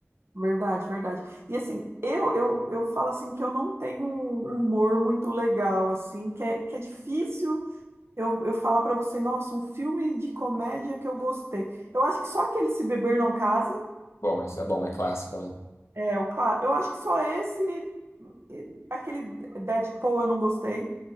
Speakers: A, on the right (about 60°); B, on the left (about 70°).
A: verdade, verdade. E assim, eu, eu, eu falo assim que eu não tenho um humor muito legal, assim, que é, que é difícil eu, eu falar pra você, nossa, um filme de comédia que eu gostei. Eu acho que só aquele Se Beber Não Case,
B: Bom, esse é bom, é clássico, né?
A: é, o claro, eu acho que só esse, eh, aquele Deadpool eu não gostei.